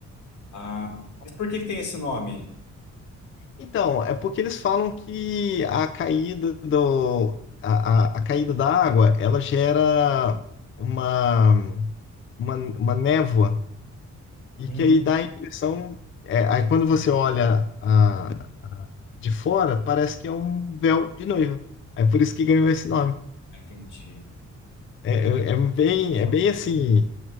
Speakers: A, on the left (about 85°); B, on the left (about 45°).
A: Ah, mas por que que tem esse nome?
B: Então, é porque eles falam que a caída do, a, a, a caída da água, ela gera uma, uma, uma névoa e
A: Hum,
B: que aí dá a impressão, é, aí quando você olha a, de fora, parece que é um véu de noiva. É por isso que ganhou esse nome.
A: entendi.
B: É, é, é bem, é
A: Ah,
B: bem assim,